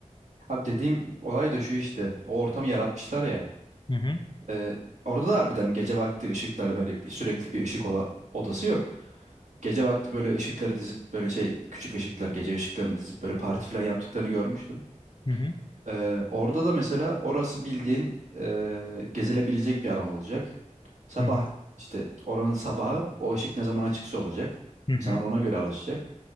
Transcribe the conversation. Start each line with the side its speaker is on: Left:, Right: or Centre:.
Right: Abi dediğim olay da şu işte o ortamı yaratmışlar ya.
Left: Hı hı,
Right: Ee, orada da harbiden gece vakti ışıklar böyle bir, sürekli bir ışık ola- odası yok. Gece vakti böyle ışıkları dizip böyle şey küçük ışıklar gece ışıklarını dizip böyle parti falan yaptıklarını görmüştüm.
Left: hı hı,
Right: Ee, orada da mesela orası bildiğin e, gezilebilecek bir alan olacak. Sabah
Left: hı hı,
Right: işte oranın sabahı o ışık ne zaman açıksa olacak.
Left: hı hı.
Right: İnsanlar ona göre alışacak.